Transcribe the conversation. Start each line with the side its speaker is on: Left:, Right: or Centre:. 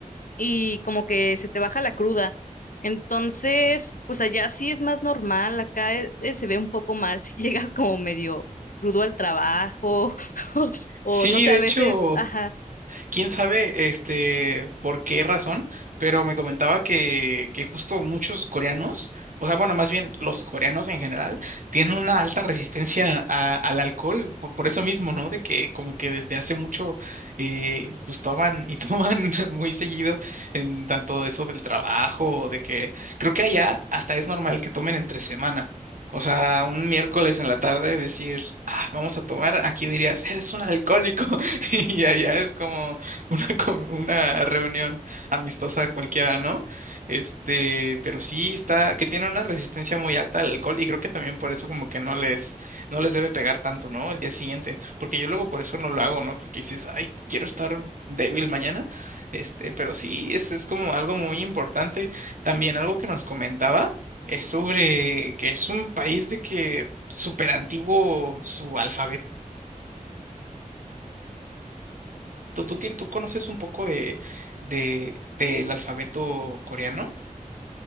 Left: y como que se te baja la cruda. Entonces, pues allá sí es más normal, acá eh, eh, se ve un poco mal <laughs> si llegas como medio crudo al trabajo <laughs> o o
Right: Sí,
Left: no sé,
Right: de
Left: a
Right: hecho,
Left: veces, ajá.
Right: quién sabe este por qué razón, pero me comentaba que, que justo muchos coreanos, o sea, bueno, más bien los coreanos en general, tienen una alta resistencia a- al alcohol, por, por eso mismo, ¿no? De que como que desde hace mucho eh, pues toman y <laughs> toman muy seguido en tanto eso del trabajo, de que creo que allá hasta es normal que tomen entre semana. O sea, un miércoles en la tarde decir, ah, vamos a tomar, aquí dirías, eres un alcohólico. <laughs> Y allá es como, <laughs> una, com- una reunión amistosa cualquiera, ¿no? Este, pero sí está, que tiene una resistencia muy alta al alcohol y creo que también por eso como que no les, no les debe pegar tanto, ¿no? El día siguiente, porque yo luego por eso no lo hago, ¿no? Porque dices, ay, quiero estar débil mañana, este, pero sí, es, es como algo muy importante. También algo que nos comentaba es sobre que es un país de que súper antiguo su alfabeto ¿Tú, tú, tien- tú conoces un poco de, de, del alfabeto coreano?